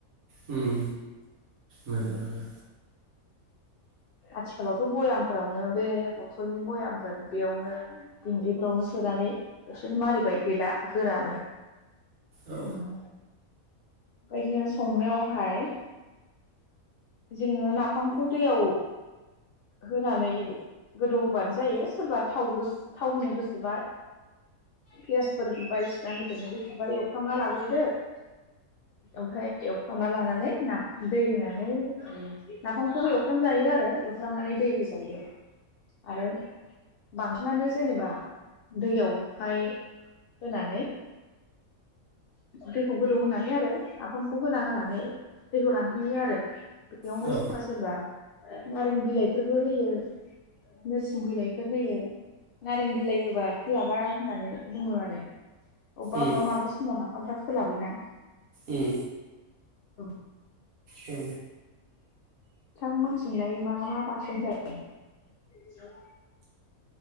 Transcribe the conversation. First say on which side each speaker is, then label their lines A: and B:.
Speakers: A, on the right; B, on the left.
A: उम मोजाङानो
B: उम आथिखालावथ' बयामफोरावनो बे बथ'लनि बयामफोर बेयावनो दिंग्रिफोरावनो सोनानै बिसोर मारिबाय। गैला गोरानो
A: औ
B: उम। बायदिनो संनायावहाय जोङो नाफामखौ दैयाव होनानै गोदौ होबानो जायो सोरबा थाव गोस थाव होनो गोसोबा पियासफोर बायदिसिना होदेरनो गोसोबा एवफ्रामना लाग्रोदो ओमफ्राय एवफ्रामना लानानै ना दै होनानै ओ नाफामखौबो एवफ्राम जायो आरो। एवफ्रामनानै दै होज जायो आरो बांसिनानो जेनेबा दैयावहाय होनानै दैखौ गोदौ होनानै आरो नाफामखौ होना होनानै दैखौ रानहैयो आरो बेयावहाय
A: औ
B: सोरबा सोरबा नारें बिलाइफोरबो होयो नोरसिं बिलाइफोर होयो नारें बिलाइ होबा खोलाबा होननानै बुङो आरो अबबा
A: उम
B: अबबा मालाबा समाव ना ओमफ्रा खोलाबोना।
A: उम
B: औ
A: औ
B: थां मोनथिंलाय मा मा बाथोन जायो?